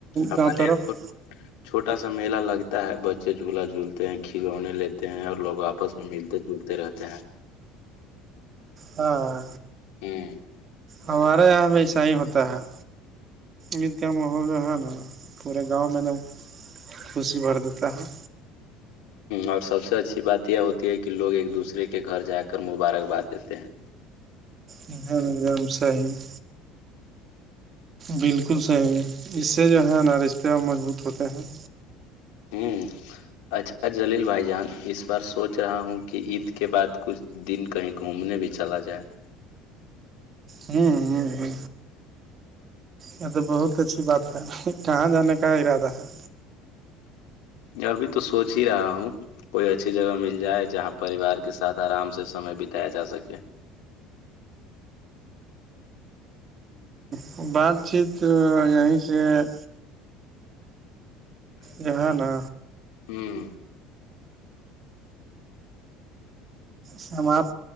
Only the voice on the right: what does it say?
گاؤں طرف
ہاں
ہمارے یہاں ہمیشہ ہی ہوتا ہے- عید کا ماحول جو ہے نا پورے گاؤں میں تو- خوشی بھر دیتا ہے-
ایک دم ص ہی- بالکل صحیح ہے اس سے جو ہے نا رشتے مضبوط ہوتے ہیں-
ہوں ہ ہ یہ تو بہت اچھی بات ہے، کہاں جانے کا ارادہ ہے-
ہوں بات چیت یہیں سے- ج نا
سمپ